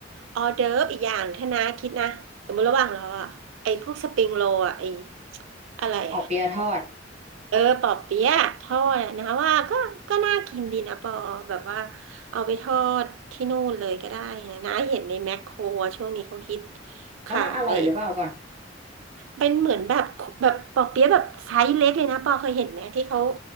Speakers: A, on the right; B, on the right.
A: ออเดิร์ฟอีกอย่างถ้านะคิดนะสมมติระหว่างเราอ่ะไอ้พวกสปริงโรลอ่ะไอ้อะไรอ่ะ
B: ปอเปี๊ยะทอด
A: เออปอเปี๊ยะทอดอะนะว่าก็ก็น่ากินดีนะปอแบบว่าเอาไปทอดที่นู่นเลยก็ได้นะนะเห็นในแมคโครอะช่วงนี้เขาฮิต
B: แล้วมันอร่อยหรือเปล่าก่อน
A: ขายเป็นเหมือนแบบแบบปอเปี๊ยะแบบไซส์เล็กเลยนะปอเคยเห็นไหมที่เขา